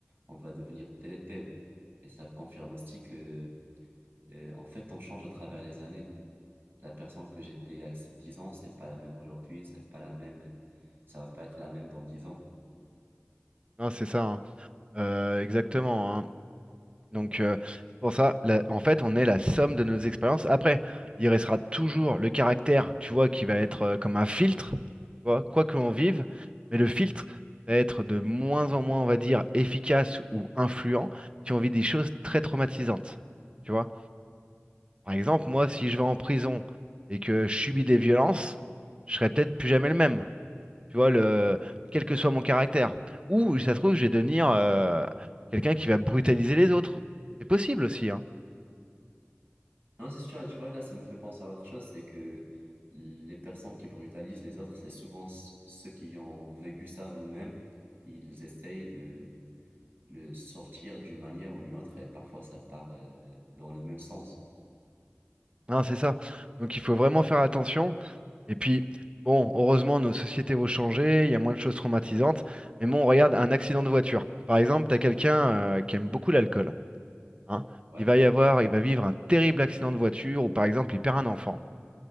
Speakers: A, on the right; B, on the right.
A: on va devenir tel et tel. Et ça confirme aussi que, euh, en fait, on change à travers les années. La personne que j'étais il y a 10 ans, c'est pas la même aujourd'hui, c'est pas la même, ça va pas être la même dans 10 ans.
B: non, c'est ça, hein. Euh, exactement, hein. Donc, euh, c'est pour ça, la- en fait, on est la somme de nos expériences. Après, il restera toujours le caractère, tu vois, qui va être euh, comme un filtre, tu vois, quoi que l'on vive, mais le filtre va être de moins en moins, on va dire, efficace ou influent si on vit des choses très traumatisantes. Tu vois Par exemple, moi, si je vais en prison et que je subis des violences, je serai peut-être plus jamais le même. Tu vois, le... quel que soit mon caractère. Ou, ça se trouve, je vais devenir euh, quelqu'un qui va brutaliser les autres. C'est possible aussi, hein.
A: Non, c'est sûr, et tu vois, là, ça me fait penser à autre chose, c'est que les personnes qui brutalisent les autres, c'est souvent c- ceux qui ont vécu ça eux-mêmes. Ils essayent de le sortir d'une manière ou une autre, et parfois ça part euh, dans le même sens.
B: Hein, c'est ça. Donc, il faut vraiment faire attention. Et puis, bon, heureusement, nos sociétés vont changer, il y a moins de choses traumatisantes. Mais bon, regarde, un accident de voiture. Par exemple, tu as quelqu'un euh, qui aime beaucoup l'alcool, hein.
A: Ouais,
B: Il va y avoir, il va vivre un terrible accident de voiture, ou par exemple, il perd un enfant.